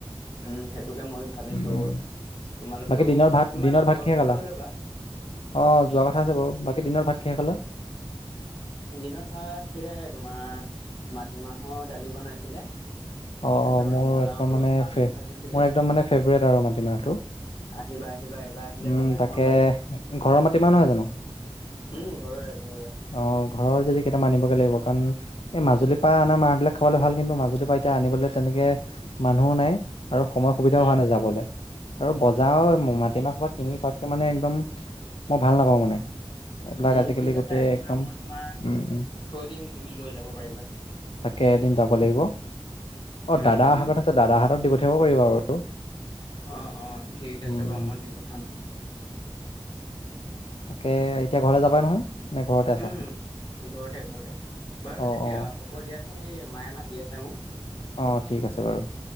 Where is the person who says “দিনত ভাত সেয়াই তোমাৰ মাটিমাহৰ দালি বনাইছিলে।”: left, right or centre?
Left